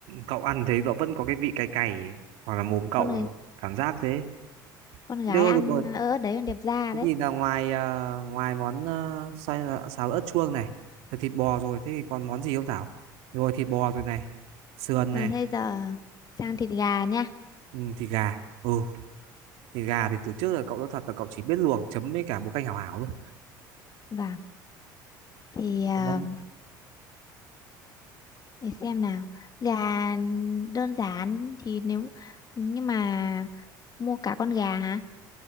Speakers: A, on the right (about 70°); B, on the left (about 35°).
A: cậu ăn thấy cậu vẫn có cái vị cay cay ấy. hoặc là mồm cậu
B: con người-
A: cảm giác thế
B: con
A: được
B: gái
A: rồi
B: ăn
A: được rồi
B: ớt đấy còn đẹp da
A: thế
B: đấy
A: thì là ngoài ờ, ngoài món ờ, xoay là xào ớt chuông này rồi thịt bò rồi thế thì còn món gì không Thảo rồi thịt bò rồi này sườn
B: Ờ,
A: này
B: thế giờ sang thịt gà nha
A: ừ, thịt gà ừ thịt gà thì từ trước giờ cậu nói thật là cậu chỉ biết luộc chấm với cả một canh hảo hảo thôi
B: vâng thì à,
A: có món
B: để xem nào gà đơn giản thì nếu nhưng mà mua cả con gà hả